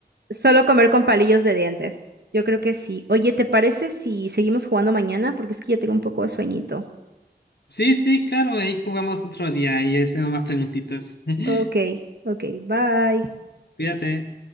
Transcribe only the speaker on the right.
solo comer con palillos de dientes. Yo creo que sí. Oye, ¿te parece si seguimos jugando mañana? Porque es que ya tengo un poco de sueñito.
Ok, ok, bye.